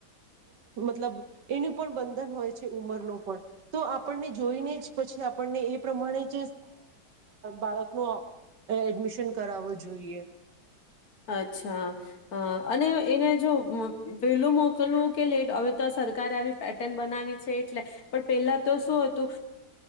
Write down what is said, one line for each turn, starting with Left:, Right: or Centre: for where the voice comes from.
Right: મતલબ. એનું પણ બંધન હોય છે ઉંમરનું પણ તો આપણને જોઈને જ પછી આપણને એ પ્રમાણે જ બાળકનો એડમિશન કરાવવો જોઈએ.
Left: અચ્છા અને એને જો વેલું મોકલવું કે લેટ હવે તો સરકારે આવી પેટર્ન બનાવી છે એટલે પણ પેલા તો શું હતું